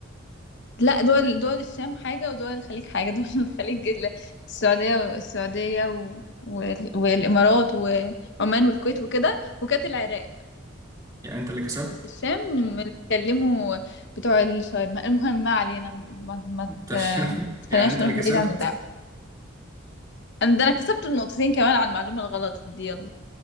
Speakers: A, on the left; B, on the right.
A: لا دول دول الشام حاجة ودول الخليج حاجة دول <laughs> الخليج ال- السعودية والسعودية و... و... والإمارات وعمان والكويت وكده وكانت العراق
B: يعني انت اللي كسبت
A: بس الشام اللي بيتكلموا بتوع الشاورما المهم ما علينا ما, ما
B: انت
A: ت...
B: <laughs>
A: تخليناش
B: يعني انت اللي
A: نروح
B: كسبت
A: بعيد عن اللعب انا ده انا كسبت النقطتين كمان على المعلومة الغلط دي يلا